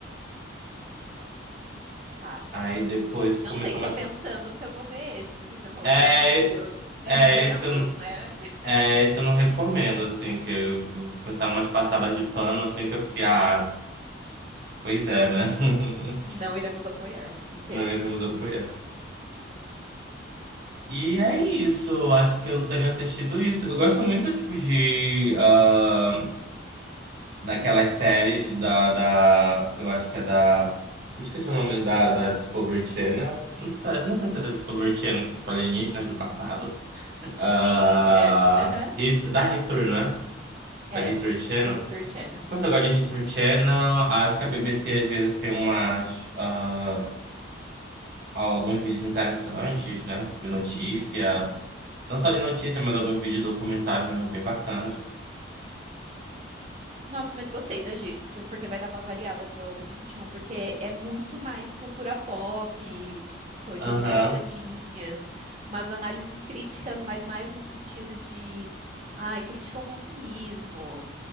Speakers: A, on the right; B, on the right.
A: Ai, tá.
B: Aí depois
A: Não
B: começou
A: sei, tô
B: mais.
A: pensando se eu vou ver esse, porque você falou
B: É,
A: que eles são meio isentos,
B: é, esse eu
A: né?
B: É, isso eu não recomendo, assim, que eu- começaram umas passadas de pano, assim, que eu fiquei, ah, pois é, né? <laughs>
A: Não iremos apoiar, entendo.
B: Não iremos apoiar. E é isso,
A: Ixi.
B: eu acho que eu tenho assistido isso. Eu gosto muito, tipo, de... ah, daquelas séries da, da... Eu acho que é da... Me esqueci o nome da, da Discovery Channel. Não sei, não sei se
A: Uhum.
B: é da Discovery Channel, que é, tipo, alienígenas do passado. Ah,
A: Sim, é. Aham.
B: his- da History, não é? Da
A: É,
B: History Channel.
A: da History Channel.
B: Se você gosta de History Channel, acho que a BBC às vezes tem umas, ah, alguns vídeos interessantes, né? De notícia. Não só de notícia, mas alguns vídeos documentários mesmo bem bacanas.
A: Nossa, mas gostei das dicas, porque vai dar uma variada no meu algoritmo, porque é muito mais cultura pop, coisas
B: Aham,
A: engraçadinhas, umas análises críticas, mas mais no sentido de, ai, crítica ao consumismo.